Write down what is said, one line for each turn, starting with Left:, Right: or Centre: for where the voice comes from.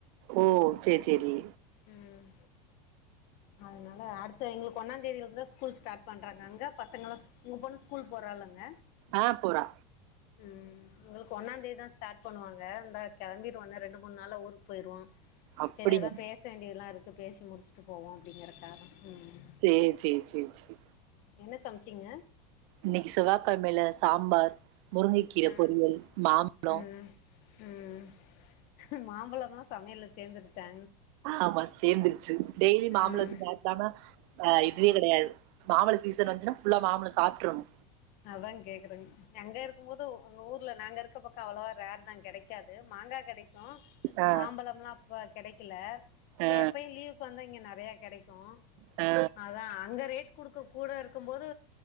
Right: ஓ சேரி சேரி
Left: ம் அதனால அடுத்த எங்களுக்கு ஒன்னா தேதிலருந்தான் ஸ்கூல் ஸ்டார்ட் பண்றாங்க அங்க பசங்களா உங்க பொண்ணு ஸ்கூல் போறாளாங்க
Right: அ போறா
Left: ம் எங்களுக்கு ஒன்னாந்தேதி தான் ஸ்டார்ட் பண்ணுவாங்க இந்தா கெளம்பிருவோம் இன்னும் ரெண்டு மூணு நாள்ல ஊருக்ப்போயிருவோம்
Right: அப்படியா
Left: செரி அதான் பேச வேண்டியதல்லாருக்கு பேசி முடிச்சுட்டு போவோம் அப்டிங்கறக்காக ம்
Right: சேரி சே சே சே
Left: என்ன சமச்சீங்க
Right: இன்னக்கி செவ்வாக்கழமெல சாம்பார் முருங்கக்கீர
Left: ம்
Right: பொரியல் மாம்பொழம்
Left: ம் ம் மாம்பழம்மா சமையல்ல சேந்துருச்சா
Right: ஆமா சேந்துருச்சு டெய்லி மாம்பழம்
Left: ம்
Right: சாப் ப்டாம ஆ இதுவே கெடயாது மாம்பழ சீசன் வந்துச்சுனா ஃபுல்லா மாம்பழம் சாப்ட்றணு
Left: அதான்ங் கேக்குறேங் எங்க இருக்கும் மோதும் உங்க ஊர்ல நாங்க இருக்க பக்கம் அவ்வளவா ரேர் தான் கடைக்காது மாங்காய் கடைக்கும்
Right: ஆ
Left: மாம்பழம்லாம் அப்ப கடைக்கில இப்ப
Right: ஆ
Left: எப்பயும் லீவுக்கு வந்தா இங்க நறைய கெடைக்கும்
Right: ஆ
Left: அதா அங்க ரேட் குடுக்க கூட இருக்கும் போது